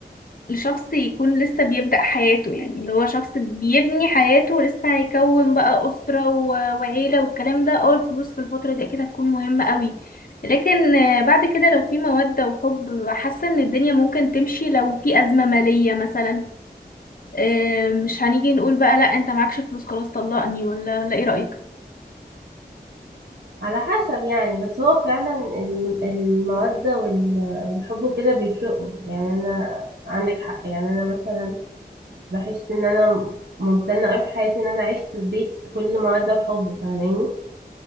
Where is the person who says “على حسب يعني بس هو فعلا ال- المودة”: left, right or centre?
Right